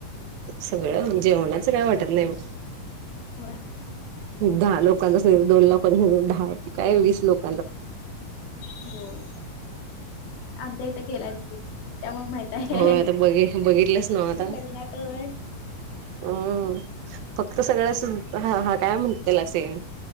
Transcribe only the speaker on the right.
सगळं जेवणाचं काय वाटत नाही बघ.
दहा लोकांचा. अस दोन लोकां दहा काय वीस लोक
होय आता बघ बघितलंस नाव आता.
ह फक्त सगळ्याच हा हा काय म्हटतेल असेय.